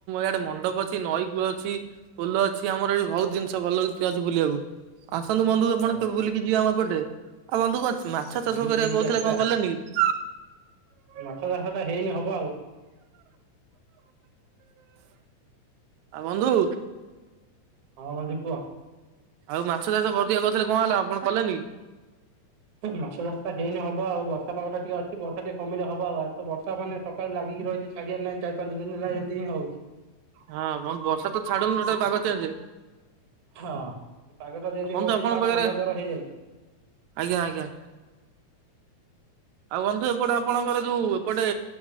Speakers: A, on the right; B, on the right.
A: ଆଡେ ମଣ୍ଡପ ଅଛି ନଈ କୂଅ ଅଛି। ପୋଲ ଅଛି ଆମର ଏଠି ବହୁତ୍ ଜିନିଷ ଭଲ ଅଛି, ତୁ ଆଜି ବୁଲିବାକୁ ଆସନ୍ତୁ ବନ୍ଧୁ ଆପଣ
B: ଓହୋ
A: କେବେ ବୁଲିକି ଯିବେ ଆମ ଏପଟେ? ଆଉ ବନ୍ଧୁ କଣ ଛ ମାଛ ଚାଷ
B: ଯିବି
A: କରିବା
B: ବୁଲିକି
A: କହୁଥିଲେ
B: ଆସିବା
A: କଣ କଲେନି କି?
B: ମାଛ ଚାଷ ଟା ହେଇନି ହବ ଆଉ।
A: ଆଉ ବନ୍ଧୁ!
B: ହଁ ବନ୍ଧୁ, କୁହ?
A: ଆଉ ମାଛ ଚାଷ କରିଦିଆ କହୁଥିଲେ କଣ ହେଲା ଆପଣ କଲେନି କି?
B: ମାଛ ଚାଷତା ହେଇନି ହବ ଆଉ। ବର୍ଷା ପଗଟା ଟିକେ ଅଛି, ବର୍ଷା ଟିକେ କମିଲେ ହବ ଆଉ। ଆଜି ତ ବର୍ଷ ମାନେ ସକାୁଳୁ ଲାଗିକି ରହିଛି ଛାଡିଆର୍ ନାହିଁ। ଚାରି ପାଞ୍ଚ ଦିନ ହେଲା ଏମିତିିଁ ହଉଛି।
A: ହଁ, ବଂ ବର୍ଷା ତ ଛାଡୁନି, ଟୋଟାଲ୍ ପାଗ ଚେଞ୍ଜେ।
B: ହଁ, ପାଗଟା ଯେଁତି
A: ବନ୍ଧୁ
B: କରୁଛି
A: ଆପଣଙ୍କ
B: ସାଆ
A: ପାଖରେ
B: ଥଣ୍ଡା ଜର ହେଇଯାଉଛି।
A: ଆଜ୍ଞା, ଆଜ୍ଞା। ଆଉ ବନ୍ଧୁ ଏପଟେ ଆପଣଙ୍କର ଯୋଉ ଏପଟେ